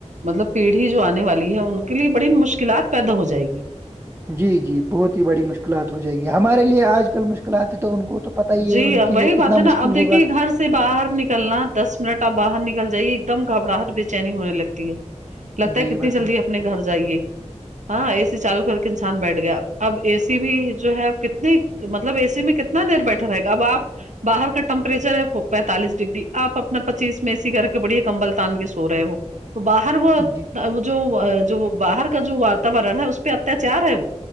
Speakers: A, on the right; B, on the right.
A: مطلب پیڑھی جو آنے والی ہے ان کے لیے بڑی مشکلات پیدا ہو جائے گی
B: جی جی بہت ہی بڑی مشکلات ہو جائے گی ہمارے لیے آج کل مشکلات ہے تو ان کو تو پتہ ہی
A: جی
B: ہے ان کے
A: وہی
B: لیے کتنا
A: بات ہے نا
B: مشکل
A: اب دیکھیے
B: ہوگا
A: گھر سے سے باہر نکلنا دس منٹ آپ باہر نکل جائیے ایک دم گھبراہٹ بے چینی ہونے لگتی ہے لگتا
B: جی
A: ہے کتنی
B: بتا
A: جلدی اپنے گھر جائیے ہاں اے سی چالو کر کے انسان بیٹھ گیا اب اے سی بھی جو ہے کتنی مطلب اے سی میں کتنا دیر بیٹھا رہے گا اب آپ باہر کا ٹمپریچر ہے پینتالیس ڈگری آپ اپنا پچیس میں اے اسی آن کر کے بڑی کمبل تان کے سو رہے ہو تو باہر وہ
B: جی
A: وہ جو وہ جو باہر کا جو وااتورن ہے اس پہ اتیاچار ہے وہ